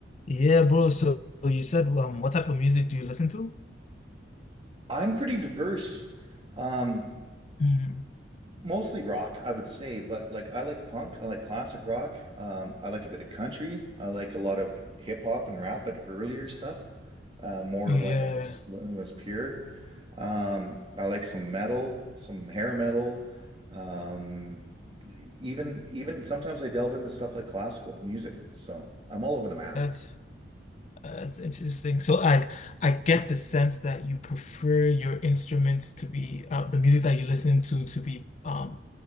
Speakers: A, on the left; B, on the right.
A: Yeah, bro. So so you said, um, what type of music do you listen to?
B: I'm pretty diverse. Um,
A: Mm,
B: mostly rock, I would say, but like I like punk, I like classic rock. Um, I like a bit of country. I like a lot of hip hop and rap, but earlier stuff, uh, more
A: yeah,
B: when it was when it was pure. Um, I like some metal, some hair metal. Um, even even sometimes I delve into stuff like classical music. So I'm all over the map.
A: that's that's interesting. So I I get the sense that you prefer your instruments to be uh, the music that you listen to to be um